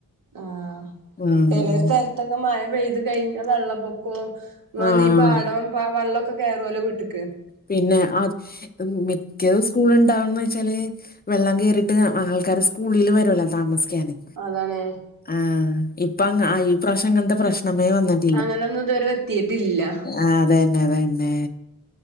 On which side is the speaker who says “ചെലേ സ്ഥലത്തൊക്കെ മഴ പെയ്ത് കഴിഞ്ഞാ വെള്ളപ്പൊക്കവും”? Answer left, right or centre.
Right